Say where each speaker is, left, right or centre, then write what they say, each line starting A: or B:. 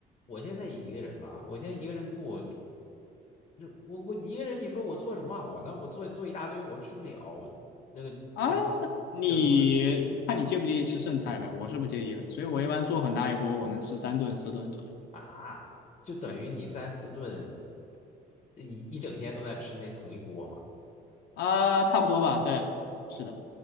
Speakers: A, on the left; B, on the left.
A: 我现在也一个人嘛，我现在一个人住，那我我一个人，你说我做什么好呢？我做做一大堆，我吃不了，那个全部扔了
B: 啊，你看你介不介意吃剩菜呗？我是不介意的，所以我一般做很大一锅，我能吃三顿四顿左右。
A: 啊，就等于你三四顿，
B: 对
A: 你一整天都在吃那同一锅嘛。
B: 啊，差不多吧，对，是的。